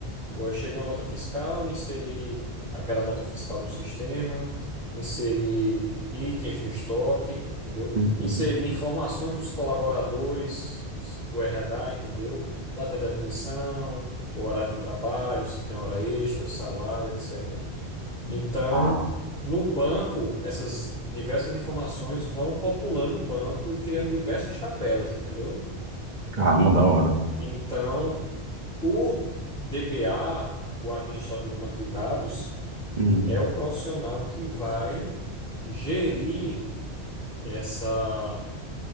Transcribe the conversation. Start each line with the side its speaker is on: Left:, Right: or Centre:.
Centre: ou chega uma nota fiscal, inserir aquela nota fiscal no sistema, inserir itens no estoque, entendeu?
Right: Uhum.
Centre: Inserir informações dos colaboradores do RH, entendeu? Data de admissão, o horário de trabalho, se tem hora extra, salário, etc. Então,
Right: Ah,
Centre: no banco, essas diversas informações vão populando o banco e criando diversas tabelas, entendeu?
Right: caramba, da hora.
Centre: Então, o DBA, o administrador do banco de dados,
Right: Uhum.
Centre: é o profissional que vai gerir essa,